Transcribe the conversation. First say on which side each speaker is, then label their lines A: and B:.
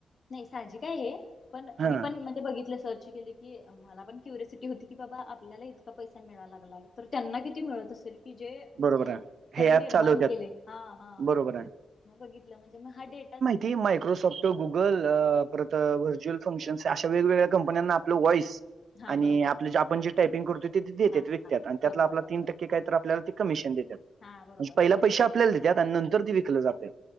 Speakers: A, on the left; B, on the right.
A: नाही साहजिक हाय हे पण
B: हां,
A: मी पण म्हणजे बघितलं सर्च केलं की मला पण क्युरिसिटी होती की बाबा आपल्याला इतका पैसा मिळाय लागलाय तर त्यांना किती मिळत असेल की जे म्हणजे
B: बरोबर आहे.
A: त्यांनी
B: हे ॲप
A: निर्माण
B: चालवतात.
A: केले हा हा
B: बरोबर आहे.
A: म बघितलं म्हणजे म हा डेटा
B: ती मायक्रोसॉफ्ट गुगल परत व्हर्च्युअल फंक्शन्स अशा वेगवेगळ्या कंपन्यांना आपलं वॉइस
A: हा
B: आणि
A: बरोबर
B: आपलं जे आपण जे टायपिंग करतोय ते देत्यात
A: हा हा
B: विकत्यात
A: हा
B: आणि त्यातला
A: बरोबर
B: आपला
A: बरोबर
B: तीन टक्के काय तर आपल्याला कमिशन देत्यात
A: हा बरोबर
B: म्हणजे पहिले
A: मी
B: पैशे
A: पण सेम
B: आपल्याला देत्यात आणि नंतर ते विकलं जात